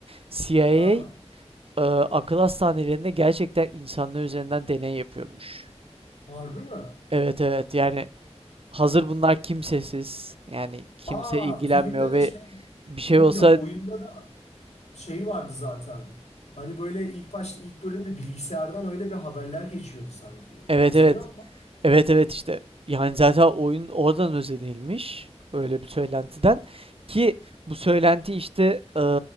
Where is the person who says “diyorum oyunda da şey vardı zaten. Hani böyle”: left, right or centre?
Left